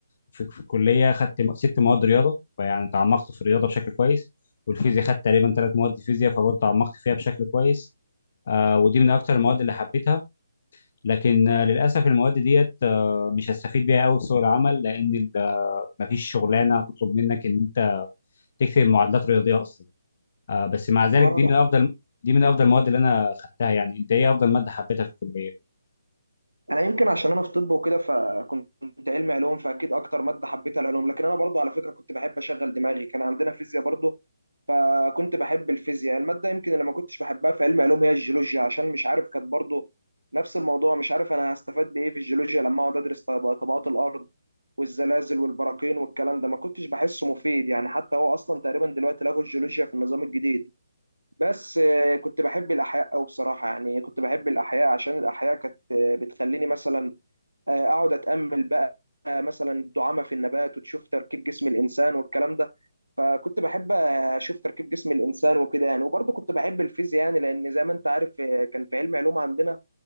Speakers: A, on the left; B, on the right.
A: في, في الكليه اخدت م- ست مواد رياضه فيعني تعمقت في الرياضه بشكل كويس والفيزياء خدت تقريبا ثلاث مواد فيزياء فبرضه تعمقت فيها بشكل كويس آه ودي من اكتر المواد اللي حبيتها لكن آه، للاسف المواد ديت آه، مش هستفيد بيها قوي في سوق العمل لان ال- مفيش شغلانه هتطلب منك ان انت تكتب معادلات رياضيه اصلا آه، بس مع ذلك
B: اه
A: دي من افضل دي من افضل المواد اللي انا خدتها يعني انت ايه افضل ماده حبيتها في الكليه
B: انا يمكن عشان انا في طب وكده فكنت علمي علوم فاكيد اكتر ماده حبيتها العلوم لكن انا برضو على فكره كنت بحب اشغل دماغي كان عندنا فيزياء برضو فكنت بحب الفيزياء الماده يمكن اللي ما كنتش بحبها في علم علوم هي الجيولوجيا عشان مش عارف كانت برضو نفس الموضوع مش عارف انا هستفاد بايه في الجيولوجيا لما اقعد ادرس طب- طبقات الارض والزلازل والبراكين والكلام ده ما كنتش بحسه مفيد يعني حتى هو اصلا تقريبا دلوقتي لغوا الجيولوجيا في النظام الجديد بس آه، كنت بحب الأحياء أوي بصراحة يعني كنت بحب الأحياء عشان الأحياء كانت آه، بتخليني مثلا آه، أقعد أتأمل بقى آه، مثلا الدعامة في النبات وتشوف تركيب جسم الإنسان والكلام ده فكنت بحب آه، أشوف تركيب جسم الإنسان وكده يعني وبرضه كنت بحب الفيزياء يعني لأن زي ما أنت عارف آه، كان في علم علوم عندنا